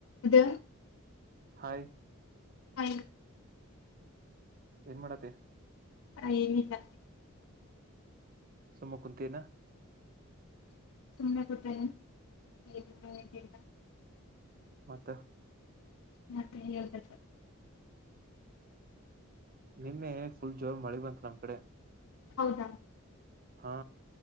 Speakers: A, on the left (about 75°); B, on the right (about 45°).
A: ಇದ
B: ಹಾಯ್
A: ಹ್ಮ
B: ಏನ್ ಮಾಡತಿ
A: ಅ ಏನಿಲ್ಲ
B: ಸುಮ್ಮಕುಂತಿಎನ.
A: <inaudible>
B: ಮತ್ತ.
A: <inaudible>
B: ನಿನ್ನೆ ಫುಲ್ ಜೋರ್ ಮಳಿ ಬಂತು ನಮ್ ಕಡೆ.
A: ಹೌದಾ
B: ಹಾ